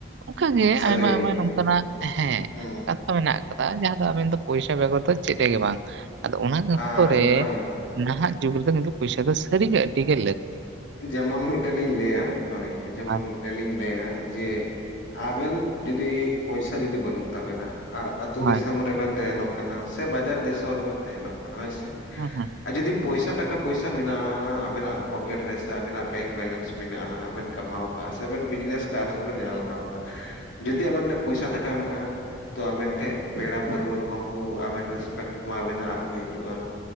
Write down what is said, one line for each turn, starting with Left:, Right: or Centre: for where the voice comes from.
Right: ᱚᱱᱠᱟ ᱜᱮ
Left: ᱥᱟᱹᱨᱤ
Right: ᱟᱭᱢᱟ ᱟᱭᱢᱟ ᱱᱚᱝᱠᱟᱱᱟᱜ ᱦᱮᱸ
Left: ᱦᱩᱸ
Right: ᱢᱮᱱᱟᱜ ᱠᱟᱫᱟ ᱡᱟᱦᱟᱸ ᱫᱚ ᱟᱵᱮᱱ ᱫᱚ ᱯᱚᱭᱥᱟ ᱵᱮᱜᱚᱨ ᱫᱚ ᱪᱮᱫ ᱨᱮ ᱜᱮ ᱵᱟᱝ ᱟᱫᱚ ᱚᱱᱟ ᱚᱠᱛᱚ
Left: ᱟᱨ
Right: ᱨᱮ
Left: ᱦᱳᱭ
Right: ᱱᱟᱦᱟᱜ ᱡᱩᱜᱽ ᱨᱮ ᱫᱚ ᱠᱤᱱᱛᱩ ᱯᱚᱭᱥᱟ ᱫᱚ ᱟᱰᱤ ᱜᱮ ᱟᱰᱤ ᱜᱮ ᱞᱟᱠᱛᱤ
Left: ᱡᱮᱢᱚᱱ ᱢᱤᱫᱴᱮᱱ ᱞᱤᱧ ᱞᱟᱹᱭᱟ ᱦᱳᱭ ᱡᱮᱢᱚᱱ
Right: ᱟᱨ
Left: ᱢᱤᱫ ᱢᱤᱫᱴᱮᱱ ᱞᱤᱧ ᱞᱟᱹᱭᱟ ᱡᱮ ᱟᱵᱮᱱ ᱡᱩᱫᱤ ᱯᱚᱭᱥᱟ ᱡᱩᱫᱤ ᱵᱟᱹᱱᱩᱜ ᱛᱟᱵᱮᱱᱟ ᱟᱨ ᱟᱹᱛᱩ
Right: ᱦᱳᱭ
Left: ᱫᱤᱥᱚᱢ ᱨᱮᱵᱮᱱ ᱛᱟᱦᱮᱱᱚᱜ ᱠᱟᱱᱟ ᱥᱮ ᱵᱟᱡᱟᱨ ᱫᱤᱥᱚᱢ ᱨᱮᱵᱮᱱ ᱛᱟᱦᱮᱱᱚᱜ ᱠᱟᱱᱟ ᱦᱳᱭ ᱥᱮ
Right: ᱦᱩᱸ
Left: ᱟᱨ ᱡᱩᱫᱤ ᱯᱚᱭᱥᱟ ᱴᱟᱠᱟ ᱯᱚᱭᱥᱟ ᱢᱮᱱᱟᱜᱼᱟ ᱟᱵᱮᱱᱟᱜ ᱯᱚᱠᱮᱴ ᱨᱮᱥᱮ ᱟᱵᱤᱱᱟᱜ ᱵᱮᱝᱠ ᱵᱮᱞᱮᱱᱥ ᱢᱮᱱᱟᱜᱼᱟ ᱱᱟᱦᱜ ᱵᱮᱱ ᱠᱟᱢᱟᱣ ᱠᱟᱜᱼᱟ ᱥᱮ ᱵᱮᱱ ᱵᱤᱡᱽᱱᱮᱥ ᱠᱟᱜᱼᱟ ᱥᱮ ᱵᱮᱱ ᱡᱟᱦᱟᱸ ᱞᱮᱠᱟᱣ ᱠᱟᱜᱼᱟ ᱾
Right: ᱦᱩᱸ
Left: ᱡᱩᱫᱤ ᱟᱵᱤᱱ ᱴᱮᱱ ᱯᱚᱭᱥᱟ ᱴᱟᱠᱟ ᱢᱮᱱᱟᱜᱼᱟ ᱾ ᱛᱚ ᱟᱵᱮᱱ ᱴᱷᱮᱱ ᱯᱮᱲᱟ ᱯᱟᱹᱨᱣᱟᱹ ᱠᱚᱦᱚᱸ ᱠᱚ ᱟᱵᱮᱱ ᱨᱮᱥᱯᱮᱠᱴ ᱠᱚᱢᱟᱵᱮᱱᱟ ᱟᱨᱠᱚ ᱦᱤᱡᱩᱜᱼᱟ